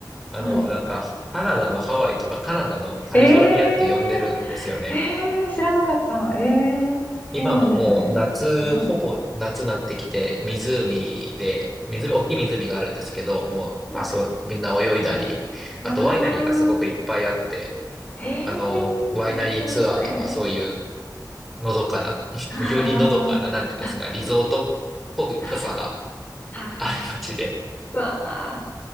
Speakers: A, in the centre; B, on the left (about 20°).
A: あの、
B: はい。
A: なんか、カナダのハワイとかカナダのカリフォルニアって呼んでるんですよね。
B: ええ。ええ、知らなかった。ええ、
A: 今ももう夏、
B: そうなんですね。はい。
A: ほぼ夏になってきて、湖で、湖、大きい湖があるんですけど、もう、
B: わ、
A: あ、そう、みんな泳いだり、あとワイナリーがすごくいっぱいあって、
B: わあ、へえ、
A: あの、ワイナリーツアーとかそういう
B: 最高ですね。
A: のどかな、<laughs>
B: ああ。
A: よりのどかな、なんていうんですか、
B: あ、
A: リゾートっぽい、
B: なるほ
A: ぽさが
B: ど。あ
A: ある街で。
B: あ、わあ。